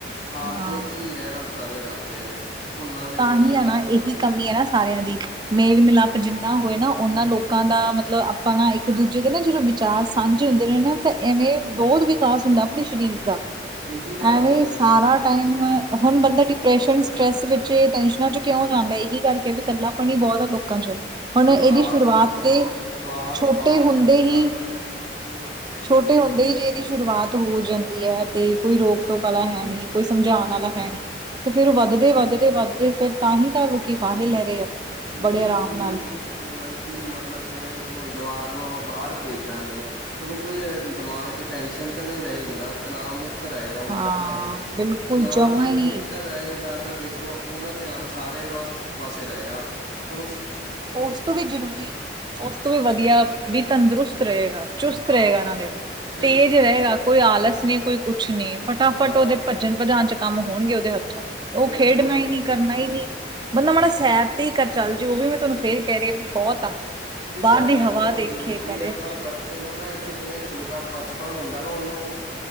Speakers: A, on the left; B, on the right.
A: ਆਪਦੇ
B: ਹਾਂ
A: ਵਿਚ ਹੀ ਰਹਿਣਾ ਪਸੰਦ ਕਰਦੇ ਨੇ- ਘੁਲਣਾ ਮਿਲਣਾ
B: ਤਾਂ
A: ਨਹੀਂ
B: ਹੀ
A: ਪਸੰਦ
B: ਹੈ ਨਾ ਇਹੀ
A: ਕਰਦੇ
B: ਕਮੀ ਹੈ ਨਾ ਸਾਰਿਆਂ ਦੀ, ਮੇਲ ਮਿਲਾਪ
A: ਹਾਂਜੀ
B: ਜਿਨਾ- ਹੋਏ ਨਾ ਉਹਨਾਂ ਲੋਕਾ ਦਾ ਮਤਲਬ ਆਪਾ ਨਾ ਇਕ ਦੂਜੇ ਦੇ ਨਾ ਜਿਹੜੇ ਵਿਚਾਰ ਸਾਂਝੇ ਹੁੰਦੇ ਨੇ ਨਾ- ਤਾਂ ਐਵੇਂ ਬਹੁਤ ਵਿਕਾਸ ਹੁੰਦਾ ਆਪਣੇ ਸਰੀਰ ਦਾ,
A: ਉਹੀ ਤਾਂ ਗੱਲ
B: ਐਵੇਂ
A: ਹੈ ਜੀ
B: ਸਾਰਾ ਟਾਈਮ, ਹੁਣ ਬੰਦਾ ਡਿਪਰੈਸ਼ਨ ਸਟਰ੍ਰੈਸ ਵਿੱਚ ਬੇ ਟੈਸ਼ਨਾਂ 'ਚ ਕਿਉਂ ਜਾਂਦਾ ਇਹੀ ਕਰਕੇ ਵੀ ਗੱਲਾਂ ਪਾਣੀ ਬਹੁਤ ਆ ਲੋਕਾਂ ਚ। ਹੁਣ
A: ਜੇ
B: ਇਹਦੀ
A: ਬਾਹਰ
B: ਸ਼ੁਰੂਆਤ
A: ਉਹੀ ਨਾ
B: ਤੇ
A: ਜਵਾਕ
B: ਛੋਟੇ
A: ਬਾਹਰ
B: ਹੁੰਦੇ
A: ਲੋਕਾਂ
B: ਹੀ
A: ਨਾਲ
B: ਛੋਟੇ ਹੁੰਦੇ
A: ਹਾਂਜੀ
B: ਹੀ ਜੇ ਇਹਦੀ ਸ਼ੁਰੂਆਤ ਹੋ ਜਾਂਦੀ ਏ ਤੇ ਕੋਈ ਰੋਕ ਟੋਕ ਵਾਲਾ ਏ ਨੀ ਕੋਈ ਸਮਝਾਉਣ ਵਾਲਾ ਹੈ ਨੀ। ਤੇ ਫਿਰ ਉਹ ਵਧਦੇ-ਵਧਦੇ-ਵਧਦੇ ਫਿਰ ਤਾਂ ਹੀ ਤਾਂ ਲੋਕੀ ਫਾਹੇ ਲੈ ਰਹੇ ਆ।
A: ਉਹੀ
B: ਬੜੇ
A: ਨਾ
B: ਆਰਾਮ
A: ਤੁਸੀਂ
B: ਨਾਲ
A: ਦੇਖੋ ਨਾ ਕਿ ਮਤਲਬ ਜਿਵੇਂ ਜੇ ਹੁਣ ਜਵਾਕ ਨੂੰ ਆਪਾਂ ਬਾਰ ਪੇਜਾਂਗੇ। ਉਹਨੂੰ ਕੋਈ ਦਿਮਾਗ ਚ ਟੈਨਸ਼ਨ ਤਾਂ ਨਈ ਰਹੇਗੀ ਨਾ ਤਨਾਵਮੁਕਤ ਮੁਕਤ ਰਹੇਗਾ
B: ਹਾਂ
A: ਬੱਚਾ ਵੀ
B: ਬਿਲਕੁਲ
A: ਤਣਾਵ
B: ਜਮਾਂ
A: ਜੇ ਮੁਕਤ
B: ਹੀ
A: ਰਹੇਗਾ। ਤਾਂ ਦੇਖੋ ਉਹਦਾ ਧਿਆਨ ਸਾਰੇ ਵਸ ਪਾਸੇ ਰਹੇਗਾ। ਹੁਣ ਉਸ
B: ਉਸ ਤੋਂ ਵੀ ਜ਼ਰੂਰੀ ਉਸ ਤੋਂ ਵੀ ਵਧੀਆ ਬੀ ਤੰਦਰੁਸਤ ਰਹੇਗਾ। ਚੁਸਤ
A: ਹਾਂ
B: ਰਹੇਗਾ ਨਾਲੇ
A: ਬਿਲਕੁਲ
B: ਤੇਜ਼ ਰਹੇਗਾ। ਕੋਈ ਆਲਸ ਨੀ ਕੋਈ ਕੁਛ ਨੀ ਫਟਾਫਟ
A: ਹਾਂ
B: ਉਦੇ ਭੱਜਣ ਭਜਾਣ ਚ ਕੰਮ ਹੋਣਗੇ ਉਦੇ ਹੱਥੋਂ। ਉਹ
A: ਬਿਲਕੁਲ
B: ਖੇਡਣਾ ਹੀ ਨੀ, ਕਰਨਾ ਹੀ ਨੀ ਬੰਦਾ ਮਾੜਾ ਸੈਰ ਤੇ ਹੀ ਕਰ ਚੱਲ ਜੇ ਉਹ ਵੀ ਮੈਂ ਤੁਹਾਨੂੰ ਫੇਰ ਕੇਹ ਰਹੀਏ ਵੀ ਬਹੁਤ ਆ।
A: ਤੇ
B: ਬਾਹਰ
A: ਸੈਰ
B: ਦੀ ਹਵਾ
A: ਤਾਂ ਚਲੋ
B: ਦੇਖੇ
A: ਜ਼ਰੂਰੀ
B: ਕਰੇ
A: ਆ ਪਰ ਬ ਬੱਚੇ ਨੂੰ ਨਾ ਏਕ ਜਿਵੇਂ ਛੋਟਾ ਬਚਪਨ ਹੁੰਦਾ ਨਾ ਓਨੂੰ